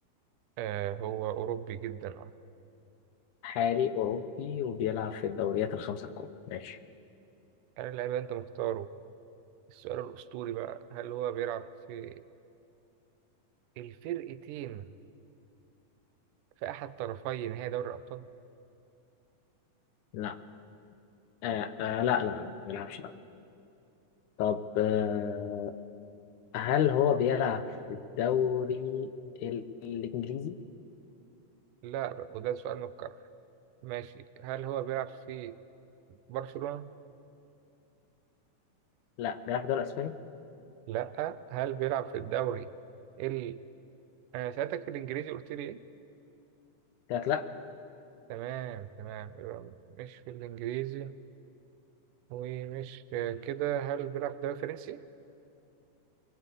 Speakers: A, on the right; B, on the left.
A: آه هو أوروبي جدا أه
B: حالي أوروبي وبيلعب في الدوريات الخمسة الكبرى ماشي
A: هل اللاعب اللي أنت مختاره السؤال الأسطوري بقى هل هو بيلعب في الفرقتين في أحد طرفي نهائي دوري الأبطال؟
B: لا آه آه لا لا لا، ما بيلعبش لا طب آه هل هو بيلعب في الدوري ال- الإنجليزي
A: لا بقى، وده سؤال متكرر ماشي هل هو بيلعب في برشلونة
B: لا بيلعب في الدوري الإسباني
A: لا هل بيلعب في الدوري ال انا سألتك في الانجليزي قلت لي ايه
B: قلت لك لا
A: تمام تمام يبقى مش في الانجليزي ومش كده هل بيلعب في الدوري الفرنسي